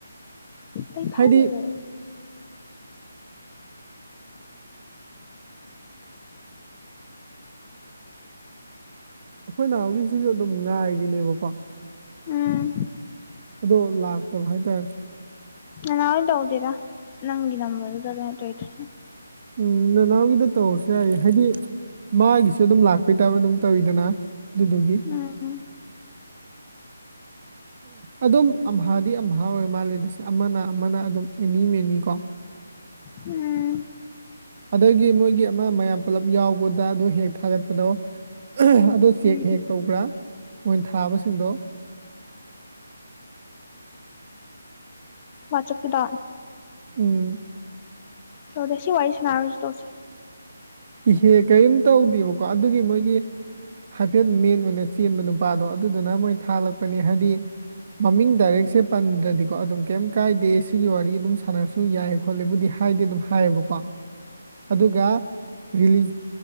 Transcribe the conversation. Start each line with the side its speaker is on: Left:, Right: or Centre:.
Left: ꯑꯩ ꯈꯪꯗꯦ
Right: ꯍꯥꯏꯗꯤ ꯑꯩꯈꯣꯏꯅ ꯅꯥꯎꯒꯤꯁꯨ ꯑꯗꯨꯝ ꯉꯥꯏꯔꯤꯅꯦꯕꯀꯣ
Left: ꯎꯝ
Right: ꯑꯗꯣ ꯂꯥꯛꯇꯕ ꯍꯥꯏꯇꯥꯔꯦ
Left: ꯅꯥꯅꯥꯎ ꯇꯧꯗꯦꯗꯥ ꯅꯪꯒꯤ ꯅꯝꯕꯥꯔ ꯗꯨꯗꯥꯗꯤ ꯑꯩꯅꯥ ꯇꯧꯔꯤꯗꯨ
Right: ꯎꯝ ꯅꯅꯥꯎꯒꯤꯗ ꯇꯧꯔꯁꯨ ꯌꯥꯏꯌꯦ ꯍꯥꯏꯗꯤ ꯃꯥꯒꯤꯁꯨ ꯑꯗꯨꯝ ꯂꯥꯛꯄꯩ ꯇꯥꯏꯕ ꯑꯗꯨꯝ ꯇꯧꯋꯤꯗꯅ ꯑꯗꯨꯗꯨꯒꯤ
Left: ꯎꯝ
Right: ꯑꯗꯨꯝ ꯑꯝꯍꯥꯗꯤ ꯑꯝꯍꯥ ꯑꯣꯏ ꯃꯥꯜꯂꯦ ꯑꯗꯨꯁꯨ ꯑꯃꯅ ꯑꯃꯅ ꯑꯗꯨꯝ ꯑꯦꯅꯤ ꯃꯦꯅꯤ ꯀꯣ
Left: ꯎꯝ
Right: ꯑꯗꯒꯤ ꯃꯣꯏꯒꯤ ꯑꯃ ꯑꯃ ꯃꯌꯥꯝ ꯄꯨꯜꯂꯞ ꯌꯥꯎꯕꯗ ꯑꯗꯨ ꯍꯦꯛ ꯊꯥꯒꯠꯄꯗꯣ ꯑꯗꯨ ꯆꯦꯛ
Left: ꯎꯝ
Right: ꯍꯦꯛ ꯇꯧꯕ꯭ꯔꯥ ꯃꯣꯏ ꯊꯥꯕꯁꯤꯡꯗꯣ
Left: ꯋꯥꯆꯞꯀꯤꯗꯣ
Right: ꯎꯝ
Left: ꯇꯗꯦ ꯁꯤ ꯋꯥꯔꯤ ꯁꯥꯟꯅꯔꯣꯏꯁꯤ ꯇꯣꯛꯑꯁꯤ
Right: ꯏꯍꯦ ꯀꯔꯤꯝ ꯇꯧꯗꯦꯕꯀꯣ ꯑꯗꯨꯒꯤ ꯃꯣꯏꯒꯤ ꯍꯥꯏꯐꯦꯠ ꯃꯦꯟ ꯑꯣꯏꯅ ꯆꯦꯟꯕ ꯅꯨꯄꯥꯗꯣ ꯑꯗꯨꯗꯨꯅ ꯃꯣꯏ ꯊꯥꯜꯒꯠꯂꯛꯄꯅꯤ ꯍꯥꯏꯕꯗꯤ ꯃꯃꯤꯡ ꯗꯥꯏꯔꯦꯛꯁꯦ ꯄꯟꯗ꯭ꯔꯗꯤꯀꯣ ꯑꯗꯨꯝ ꯀꯩꯝ ꯀꯥꯏꯗꯦ ꯁꯤꯒꯤ ꯋꯥꯔꯤ ꯑꯗꯨꯝ ꯁꯥꯟꯅꯔꯁꯨ ꯌꯥꯏ ꯈꯣꯠꯂꯦꯕꯨꯗꯤ ꯍꯥꯏꯗꯤ ꯑꯗꯨꯝ ꯍꯥꯏꯌꯦꯕꯀꯣ ꯑꯗꯨꯒ ꯔꯤꯂꯤ